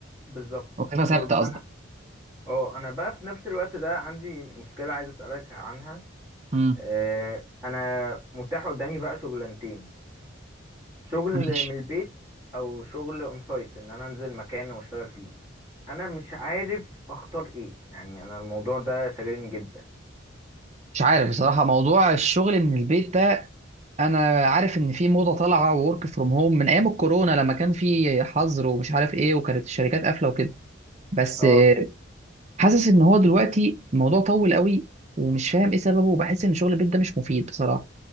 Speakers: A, on the right; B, on the right.
A: بالظبط
B: وظيفة ثابتة
A: وانا
B: قصدي
A: اه انا بقى في نفس الوقت ده عندي مشكلة عايز اسألك عنها
B: امم
A: آه، انا متاح قدامي بقى شغلانتين شغل
B: ماشي
A: من البيت او شغل اون سايت ان انا انزل مكان واشتغل فيه انا مش عارف اختار ايه يعني انا الموضوع ده شاغلني جدا
B: مش عارف بصراحة موضوع الشغل من البيت ده أنا عارف إن في موضة طالعة وورك فروم هوم من أيام الكورونا لما كان في حظر ومش عارف إيه وكانت الشركات قافلة وكده بس
A: اه
B: آه، حاسس إن هو دلوقتي الموضوع طول قوي ومش فاهم إيه سببه وبحس إن شغل البيت ده مش مفيد بصراحة